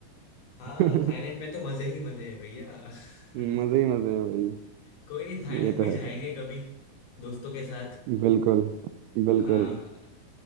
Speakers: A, on the left; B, on the right.
A: हाँ
B: <laughs>
A: थाईलैंड में तो मजे ही मजे हैं भैया
B: मजे
A: <laughs>
B: ही मजे हैं भाई
A: कोई नहीं थाईलैंड
B: ये
A: भी
B: तो है
A: जाएंगे कभी दोस्तों के साथ
B: बिल्कुल बिल्कुल
A: हाँ